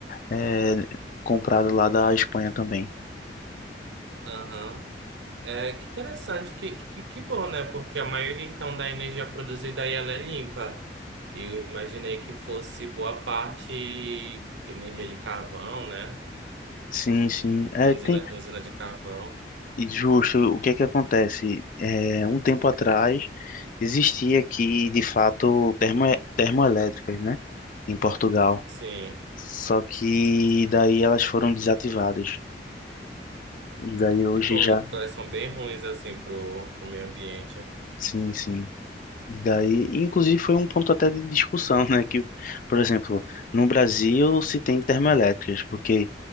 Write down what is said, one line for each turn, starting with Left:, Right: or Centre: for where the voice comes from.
Left: é comprada lá da Espanha também.
Right: Aham. É, que interessante, que, que, que bom, né? Porque a maioria, então, da energia produzida aí, ela é limpa. Eu imaginei que fosse boa parte energia de carvão, né?
Left: Sim, sim. É,
Right: Usina,
Left: tem,
Right: usina de carvão.
Left: e justo, o que é que acontece? É, um tempo atrás existia aqui, de fato, termo, termoelétricas, né? Em Portugal.
Right: Sim.
Left: Só que daí elas foram desativadas. E daí hoje
Right: Que bom,
Left: já.
Right: né? Porque elas são bem ruins, assim, pro, pro meio ambiente.
Left: Sim, sim. E daí, inclusive, foi um ponto até de discussão, <laughs> né? Que, por exemplo, no Brasil se tem termoelétricas, porque